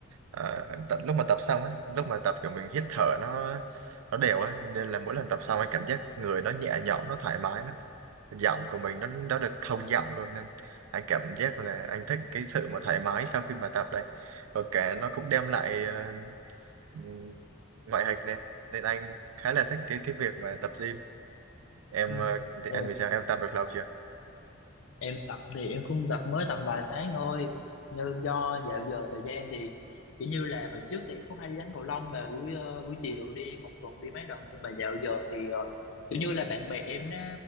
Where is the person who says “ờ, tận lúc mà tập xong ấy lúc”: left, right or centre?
Right